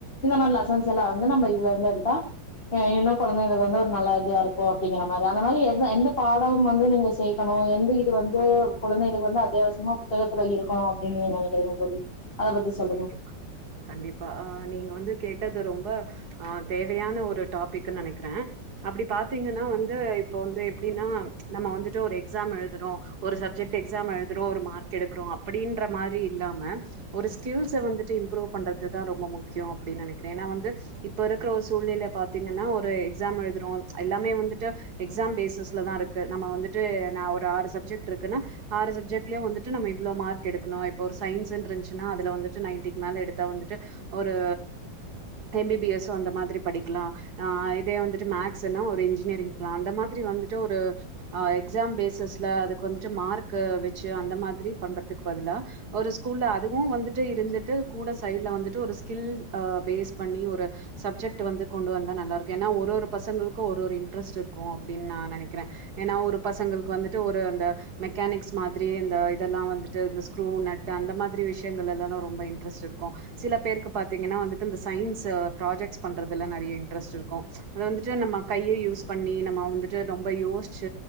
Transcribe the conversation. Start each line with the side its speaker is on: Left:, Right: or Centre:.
Left: இந்த மாரி லெசன்ஸ் எல்லா வந்து நம்ம இதுல வந்து எடுத்தா அ இன்னு கொழந்தைங்கள வந்து ஒரு நல்ல இதுவா இருக்கு ஓ அப்படிங்கிற மாரி அந்த மாரி எந்த எந்த பாடம் வந்து நீங்க சேக்கணு எந்த இது வந்து குழந்தைகளுக்கு வந்து அத்தியாவசியமா புத்தகத்துல இருக்கணு அப்படின் நீங்க நெனைக்கிறீங்க தோழி அத பத்தி சொல்லுங்க
Right: கண்டிப்பா கண்டிப்பா ஆஹ் நீங்க வந்து கேட்டது ரொம் ப ஆ தேவையான ஒரு டாபிக்ன் நெனைக்கிறே அப்டி பாத்தீங்கன்னா வந்து இப்போ வந்து எப்டின்னா நம்ம வந்துட்டு ஒரு எக்ஸாம் எழுதுறோ ஒரு சப்ஜெக்ட் எக்ஸாம் எழுதுறோ ஒரு மார்க் எடுக்கிறோ அப்டின்ற மாரி இல்லாம ஒரு ஸ்கில்ஸ வந்துட்டு இம்ப்ரூவ் பண்றது தா ரொம்ப முக்கியோ அப்டின் நெனைக்கிறே ஏனா வந்து இப்ப இருக்குற ஒரு சூழ்நில பாத்தீங்கன்னா ஒரு எக்ஸாம் எழுதுறோ எல்லாமே வந்துட்டு எக்ஸா பேசிஸ்ல தா இருக்கு நம்ம வந்துட்டு நா ஒரு ஆறு சப்ஜெக்ட் இருக்குன்னா ஆறு சப்ஜெட்லயே வந்துட்டு நம்ம இவ்ளோ மார்க் எடுக்கணு இப்போ ஒரு சயின்ஸ் இருந்துச்சுன்னா அதுல வந்துட்டு நைன்ட்டிக்கு மேல எடுத்தா வந்துட்டு ஒரு M B B S so அந்த மாதிரி படிக்கலா அ இதே வந்துட்டு மேக்ஸுனா ஒரு இன்ஜினியரிங் போலா அந்த மாதிரி வந்துட்டு ஒரு அ எக்ஸாம் பேசஸ்ல அது கொஞ்ச மார்க்கு வச்சு அந்த மாதிரி பண்றதுக்கு பதுலா ஒரு ஸ்கூல்ல அத் துவும் வந்துட் ட்டு இருந்துட்டு கூட சைட்ல வந்துட்டு ஒரு ஸ்கில் அ பேஸ் பண்ணி ஒரு சப்ஜெக்ட்டு வந்து கொண்டு வந்தா நல்லா இருக்கும் ஏன்னா ஒரு ஒரு பசங்களுக்கும் ஒரு ஒரு இன்ட்ரெஸ்ட் இருக்கும் அப்புடின் நான் நெனைக்கிறன் ஏன்னா ஒரு பசங்களுக்கு வந்துட்டு ஒரு அந்த மெக்கானிக்ஸ் மாதிரி இந்த இதெல்லாம் வந்துட்டு இந்த ஸ்க்ரு நட் அந்த மாதிரி விஷயங்கள் எல்லா னோ ரொம்ப இன்ட்ரெஸ்ட் இருக்கும் சில பேருக்கு பாத்தீங்கனா வந்துட்டு இந்த சைன்ஸ் ப்ராஜெக்ட்ஸ் பண்றதுல நெறைய இன்ட்ரெஸ்ட் இருக்கும் அதுல வந்துட்டு நம்ம கையே யூஸ் பண்ணி நம்ம வந்துட்டு ரொம்ப யோஸ்ச்சி